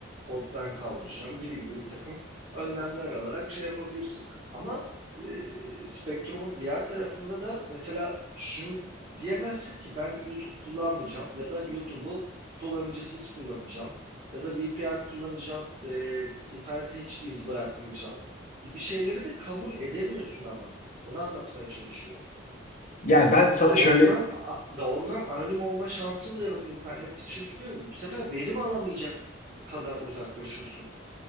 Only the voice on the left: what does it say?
Yani ben sana
şöyle